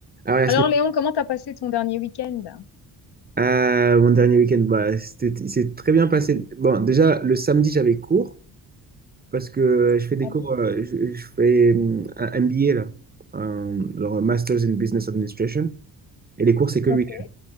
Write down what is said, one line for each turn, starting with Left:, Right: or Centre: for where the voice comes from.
Right: Ah ouais, la
Left: Alors
Right: semaine-
Left: Léon, comment t'as passé ton dernier week-end?
Right: euh, mon dernier week-end, bah, c'était, il s'est très bien passé. Bon, déjà, le samedi, j'avais cours parce que je fais des
Left: Ah
Right: cours,
Left: bon?
Right: euh, je, je fais hum, un MBA, là, un- genre un Masters in Business Administration. Et les cours, c'est que
Left: Ok.
Right: le week-end.